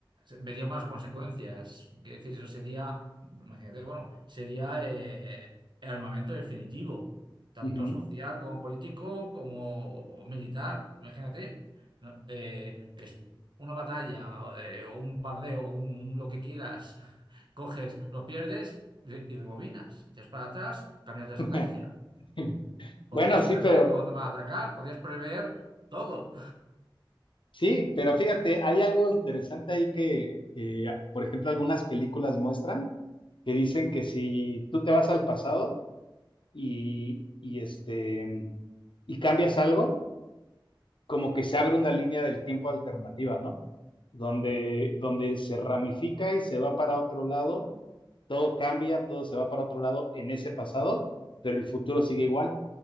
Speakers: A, on the right (about 60°); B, on the left (about 70°).
A: veríamos las consecuencias. Quiero decir, eso sería, imagínate, bueno, sería eh, el armamento definitivo, tanto
B: Ujú.
A: social como político como militar. Imagínate, ¿no? Eh, es una batalla, eh, o un bardeo, un, lo que quieras, <laughs> coges, lo pierdes y, re- y rebobinas, echas para atrás, cambias de estrategia.
B: <laughs> <laughs>
A: Podrías
B: Bueno, sí,
A: prever
B: pero
A: cuando te va a atacar, podrías prever todo.
B: sí, pero fíjate, hay algo interesante ahí que, que, por ejemplo, algunas películas muestran que dicen que si tú te vas al pasado y, y este y cambias algo, como que se abre una línea del tiempo alternativa, ¿no? Donde, donde se ramifica y se va para otro lado, todo cambia, todo se va para otro lado en ese pasado, pero el futuro sigue igual.